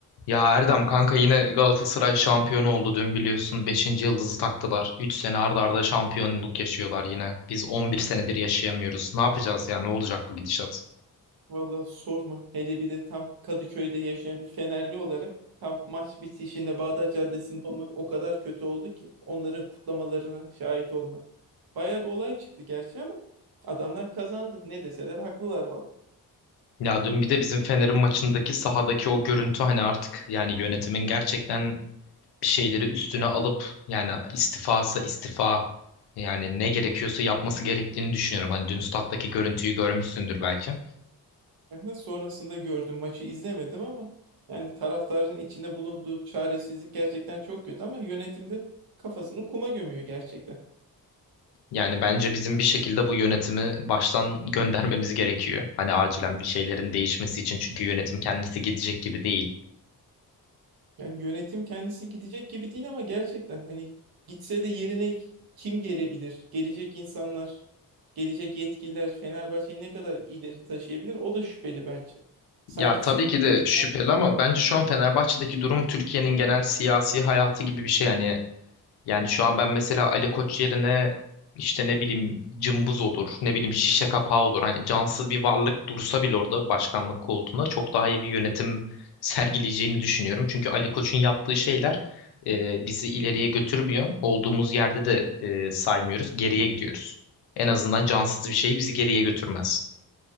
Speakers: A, on the left; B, on the right.
A: Ya Erdem kanka yine Galatasaray şampiyon oldu dün biliyorsun beşinci yıldızı taktılar. üç sene arda arda şampiyonluk yaşıyorlar yine. Biz 11 senedir yaşayamıyoruz. Ne yapacağız ya ne olacak bu gidişat?
B: Valla sorma. Hele bir de tam Kadıköy'de yaşayan bir Fenerli olarak tam maç bitişinde Bağdat Caddesi'nde olmak o kadar kötü oldu ki onların kutlamalarına şahit olmak. Bayağı da olay çıktı gerçi ama adamlar kazandı. Ne deseler haklılar valla.
A: Ya dün bir de bizim Fener'in maçındaki sahadaki o görüntü hani artık yani yönetimin gerçekten bir şeyleri üstüne alıp yani istifasa istifa yani ne gerekiyorsa yapması gerektiğini düşünüyorum. Hani dün stattaki görüntüyü görmüşsündür belki.
B: Aha, Sonrasında gördüm maçı izlemedim ama yani taraftarın içinde bulunduğu çaresizlik gerçekten çok kötü ama yönetimde kafasını kuma gömüyor gerçekten.
A: Yani bence bizim bir şekilde bu yönetimi baştan göndermemiz gerekiyor. Hani acilen bir şeylerin değişmesi için çünkü yönetim kendisi gidecek gibi değil.
B: Yani yönetim kendisi gidecek gibi değil ama gerçekten hani gitse de yerine kim gelebilir? Gelecek insanlar, gelecek yetkililer Fenerbahçe'yi ne kadar ileri taşıyabilir? O da şüpheli bence. Sanki
A: Ya tabii
B: futbol
A: ki de şüpheli
B: <laughs>
A: ama bence şu an Fenerbahçe'deki durum Türkiye'nin genel siyasi hayatı gibi bir şey. Yani Yani şu an ben mesela Ali Koç yerine işte ne bileyim cımbız olur, ne bileyim şişe kapağı olur. Hani cansız bir varlık dursa bile orada başkanlık koltuğuna çok daha iyi bir yönetim sergileyeceğini düşünüyorum. Çünkü Ali Koç'un yaptığı şeyler e, bizi ileriye götürmüyor. Olduğumuz yerde de e, saymıyoruz, geriye gidiyoruz. En azından cansız bir şey bizi geriye götürmez.